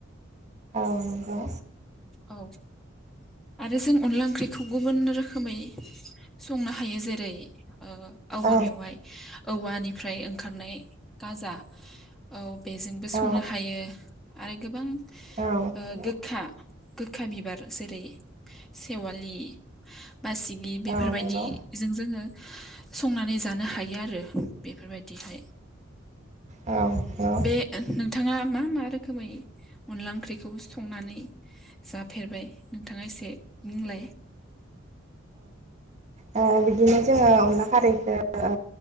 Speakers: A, on the right; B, in the centre.
A: अ नंगौ
B: औ आरो जों अनला ओंख्रिखौ गुबुन रोखोमै संनो हायो जेरै <inaudible> औवा
A: औ
B: मेवाइ, औवानिफ्राय ओंखारनाय गाजा। औ। बेजोंबो संनो
A: औ
B: हायो आरो गोबां
A: नंगौ औ नंगौ
B: ओ गोखा गोखा बिबार जेरै सेवालि बासिगि बेफोरबायदिजों
A: औ नंगौ
B: जोङो संनानै जानो हा यो आरो बेफोरबायदिहाय।
A: औ
B: ओम बे नोंथाङा मा मा रो खोमै अनला ओंख्रिखौ संनानै जाफेरबाय नोंथाङा एसे नोंलाय
A: ओ बिदिनो जोङो अनला खारैखो ओ